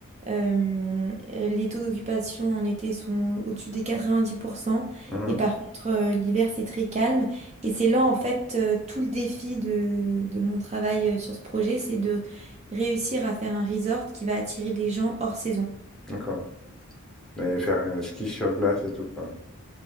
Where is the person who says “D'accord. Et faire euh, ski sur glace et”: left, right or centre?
Centre